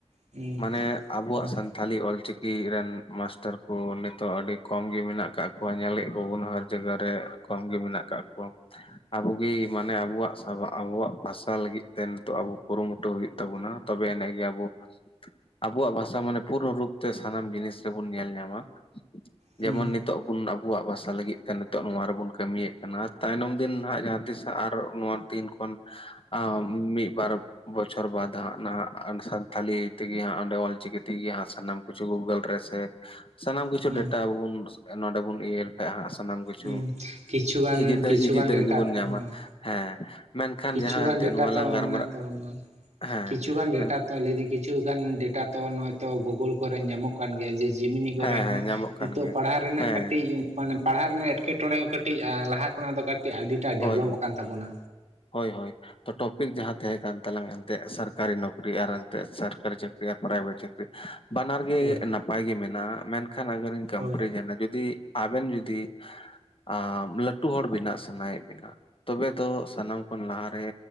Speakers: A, on the right; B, on the left.
A: ᱦᱩᱸ
B: ᱢᱟᱱᱮ ᱟᱵᱚᱣᱟᱜ
A: ᱦᱩᱸ
B: ᱥᱟᱱᱛ ᱛᱷᱟᱹᱞᱤ ᱚᱞ ᱪᱤᱠᱤ ᱨᱮᱱ ᱢᱟᱥᱴᱟᱨ ᱠᱚ ᱱᱤᱛᱚᱜ ᱟᱹᱰᱤ ᱠᱚᱢ ᱜᱮ ᱢᱮᱱᱟᱜ ᱠᱟᱜ ᱠᱚᱣᱟ ᱧᱮᱞᱮᱫ ᱠᱚᱵᱚᱱ ᱡᱟᱜᱟ ᱨᱮ ᱠᱚᱢ ᱜᱮ ᱢᱮᱱᱟᱜ ᱠᱟᱜ ᱠᱚᱣᱟ ᱟᱵᱚᱜᱮ ᱢᱟᱱᱮ ᱟᱵᱚᱣᱟᱜ ᱥᱟᱵᱟ ᱟᱵᱚᱣᱟᱜ ᱵᱷᱟᱥᱟ ᱞᱟᱹᱜᱤᱫ ᱛᱮ ᱱᱤᱛᱚᱜ ᱟᱵᱚ ᱠᱩᱨᱩᱢᱩᱴᱩ ᱦᱩᱭᱩᱜ ᱛᱟᱵᱚᱱᱟ ᱛᱚᱵᱮ ᱟᱱᱮᱜ ᱜᱮ ᱟᱵᱚ ᱟᱵᱚᱣᱟᱜ ᱵᱷᱟᱥᱟ ᱢᱟᱱᱮ ᱯᱩᱨᱚ ᱨᱩᱯ ᱛᱮ ᱥᱟᱱᱟᱢ ᱡᱤᱱᱤᱥ ᱨᱮᱵᱚᱱ ᱧᱮᱞ ᱧᱟᱢᱟ᱾ ᱡᱮᱢᱚᱱ
A: ᱦᱩᱸ
B: ᱱᱤᱛᱚᱜ ᱵᱚᱱ ᱟᱵᱚᱣᱟᱜ ᱵᱷᱟᱥᱟ ᱞᱟᱹᱜᱤᱫ ᱱᱤᱛᱚᱜ ᱱᱚᱣᱟ ᱨᱮᱵᱚᱱ ᱠᱟᱹᱢᱤᱭᱮᱜ ᱠᱟᱱᱟ ᱛᱟᱭᱱᱚᱢ ᱫᱤᱱ ᱦᱜ ᱡᱟᱦᱟᱸ ᱛᱤᱥ ᱟᱨ ᱱᱚᱣᱟ ᱛᱤᱱ ᱠᱷᱚᱱ ᱟ ᱢᱤᱜ ᱵᱟᱨ ᱵᱚᱪᱷᱚᱨ ᱵᱟᱫ ᱦᱟᱸᱜ ᱱᱟᱦᱟᱜ ᱥᱟᱱᱛᱷᱟᱞᱤ ᱛᱮᱜᱮ ᱦᱟᱸᱜ ᱚᱸᱰᱮ ᱚᱞᱪᱤᱠᱤ ᱛᱮᱜᱮ ᱦᱟᱸᱜ ᱥᱟᱱᱟᱢ ᱠᱤᱪᱷᱩ ᱜᱩᱜᱳᱞ ᱨᱮ ᱥᱮ ᱥᱟᱱᱟᱢ ᱠᱤᱪᱷᱩ
A: ᱦᱩᱸ
B: ᱰᱮᱴᱟ ᱟᱵᱚ ᱵᱚᱱ ᱱᱚᱸᱰᱮ ᱵᱚᱱ ᱤᱭᱟᱹ ᱞᱮᱠᱷᱟᱡ ᱦᱟᱸᱜ ᱥᱟᱱᱟᱢ ᱠᱤᱪᱷᱩ
A: ᱦᱩᱸ ᱠᱤᱪᱷᱩᱜᱟᱱ
B: ᱤᱡᱤ
A: ᱠᱤᱪᱷᱩᱜᱟᱱ
B: ᱤᱡᱤ ᱫᱟᱹᱨᱤᱜ
A: ᱰᱮᱴᱟ
B: ᱜᱮᱵᱚᱱ ᱧᱟᱢᱟ
A: ᱦᱚᱸ
B: ᱦᱮᱸ᱾ ᱢᱮᱱᱠᱷᱟᱱ
A: ᱠᱤᱪᱷᱩᱜᱟᱱ
B: ᱡᱟᱦᱟᱸ ᱮᱱᱛᱮᱫ
A: ᱰᱮᱴᱟ
B: ᱱᱚᱣᱟ ᱞᱟᱝ
A: ᱛᱚ
B: ᱜᱟᱞᱢᱟᱨᱟᱜ
A: ᱢᱮᱱᱟᱜ ᱛᱟᱵᱚᱱᱟ,
B: ᱦᱮᱸ
A: ᱠᱤᱪᱷᱩ ᱜᱟᱱ ᱰᱮᱴᱟ
B: ᱢᱮᱱᱠᱷᱟᱱ
A: ᱛᱚ ᱞᱟᱹᱭᱫᱤᱧ ᱠᱤᱪᱷᱩᱩᱜᱟᱱ ᱰᱮᱴᱟ ᱛᱚ ᱱᱚᱜᱼᱚᱭ ᱛᱚ ᱜᱩᱜᱩᱞ ᱠᱚᱨᱮ ᱧᱟᱢᱚᱜ ᱠᱟᱱ ᱜᱮᱭᱟ ᱡᱮ ᱡᱤᱢᱱᱤ ᱠᱚᱨᱮ
B: ᱦᱮᱸ ᱦᱮᱸ
A: ᱦᱚᱸ
B: ᱧᱟᱢᱚᱜ ᱠᱟᱱ
A: ᱱᱤᱛᱚᱜ
B: ᱜᱮᱭᱟ
A: ᱯᱟᱲᱦᱟᱜ ᱨᱮᱱᱟᱜ
B: ᱦᱮᱸ
A: ᱠᱟᱹᱴᱤᱡ ᱢᱟᱱᱮ ᱯᱟᱲᱦᱟᱜ ᱨᱮᱱᱟᱜ ᱮᱴᱠᱮᱴᱚᱬᱮ ᱠᱟᱹᱴᱤᱡ ᱞᱟᱦᱟ ᱠᱷᱚᱱᱟᱜ ᱫᱚ ᱠᱟᱹᱴᱤᱡ ᱟᱹᱰᱤᱴᱟ
B: ᱦᱳᱭ
A: ᱰᱮᱵᱷᱞᱚᱯ
B: ᱦᱳᱭ
A: ᱟᱠᱟᱱ ᱛᱟᱵᱚᱱᱟ᱾
B: ᱦᱳᱭ ᱦᱳᱭ ᱛᱚ ᱴᱚᱯᱤᱠ ᱡᱟᱦᱟᱸ ᱛᱟᱦᱮᱸ ᱠᱟᱱ ᱛᱟᱞᱟᱝ ᱥᱟ ᱠᱟᱨᱤ ᱱᱚᱠᱨᱤ ᱟᱨ ᱮᱱᱛᱮᱜ ᱥᱟᱨᱠᱟᱨᱤ ᱪᱟᱹᱠᱨᱤ ᱟᱨ ᱯᱨᱟᱭᱵᱷᱮᱴ ᱪᱟᱹᱠᱨᱤ ᱵᱟᱱᱟᱨ ᱜᱮ
A: ᱦᱳᱭ
B: ᱱᱟᱯ ᱱᱟᱯᱟᱭ ᱜᱮ ᱢᱮᱱᱟᱜᱼᱟ ᱢᱮᱱᱠᱷᱟᱱ ᱟᱜᱟᱨ ᱠᱟᱢᱯᱤᱱᱤ
A: ᱦᱳᱭ
B: ᱡᱩᱫᱤ ᱟᱵᱮᱱ ᱡᱩᱫᱤ ᱟᱸ ᱞᱟᱹᱴᱩ ᱦᱚᱲ ᱵᱮᱱᱟᱜ ᱥᱟᱱᱟᱭᱜ ᱛᱚᱵᱮ ᱫᱚ ᱥᱟᱱᱟᱢ ᱠᱷᱚᱱ ᱞᱟᱦᱟᱨᱮ